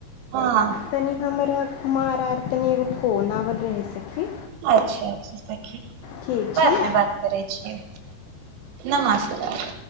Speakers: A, on the right (about 85°); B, on the left (about 85°).
A: हँ
B: तनि हमरा हमार आर तनि एगो फोन आबल रहै सखी
A: अच्छा अच्छा सखी
B: ठीक छै
A: बाद
B: ने
A: मे बात करै छिय नमस्कार